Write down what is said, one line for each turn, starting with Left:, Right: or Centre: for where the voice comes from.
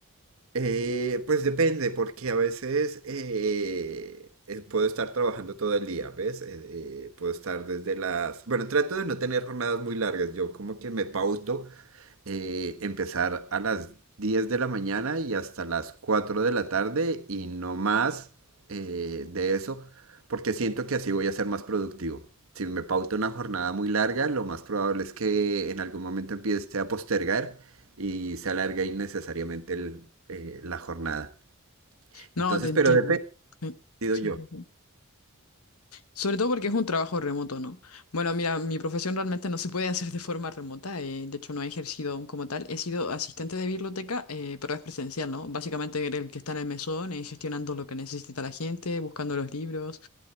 Right: Eh, pues depende, porque a veces eh, eh, puedo estar trabajando todo el día, ¿ves? Eh, eh, puedo estar desde las... Bueno, trato de no tener jornadas muy largas, yo como que me pauto eh, empezar a las 10 de la mañana y hasta las 4 de la tarde y no más eh, de eso, porque siento que así voy a ser más productivo. Si me pauto una jornada muy larga, lo más probable es que en algún momento empiece a postergar y se alargue innecesariamente el, eh, la jornada.
Left: No,
Right: Entonces,
Left: te entiendo.
Right: pero depende,
Left: Sí,
Right: digo yo.
Left: sí, sí. Sobre todo porque es un trabajo remoto, ¿no? Bueno, mira, mi profesión realmente no se puede hacer de forma remota, eh, de hecho no he ejercido aún como tal, he sido asistente de biblioteca, eh, pero es presencial, ¿no? Básicamente el que está en el mesón, eh, gestionando lo que necesita la gente, buscando los libros